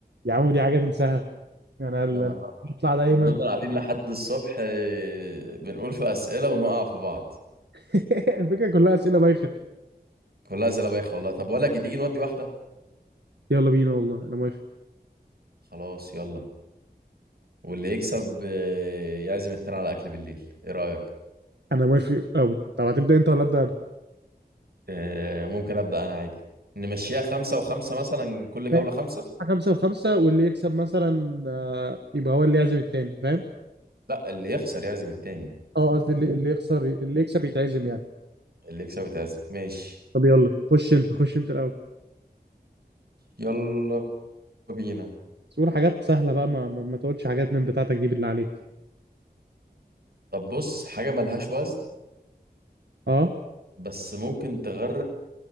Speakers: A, on the right (about 85°); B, on the right (about 65°).
A: يا عم دي حاجة تنساها يعني انا
B: يا نهار
A: أنا
B: أبيض.
A: بطلع دايما
B: كنا بنفضل قاعدين لحد الصبح آه، بنقول في اسئله ونقع في بعض
A: <laughs> الفكرة كلها اسئلة بايخة
B: كلها اسئله بايخه والله طب بقول لك إيه، تيجي نودي واحده
A: يلا بينا والله انا موافق
B: خلاص يلا واللي يكسب آه، يعزم التاني على اكل بالليل ايه رايك
A: انا موافق قوي طب هتبدأ انت ولا ابدأ انا؟
B: آه، ممكن ابدا انا عادي نمشيها خمسه وخمسه مثلا كل جوله
A: ماشي.
B: خمسه
A: خمسة وخمسة واللي يكسب مثلا آه، يبقى هو اللي يعزم التاني فاهم؟
B: لا اللي يخسر يعزم التاني
A: اه قصدي اللي اللي يخسر اللي يكسب يتعزم يعني
B: اللي يكسب يتعزم ماشي
A: طب يلا خش انت خش انت الاول
B: يلا بينا
A: بس قول حاجات سهلة بقى ما ما ما تقولش حاجات من بتاعتك دي بالله عليك
B: طب بص حاجة ملهاش وزن
A: اه
B: بس ممكن تغرق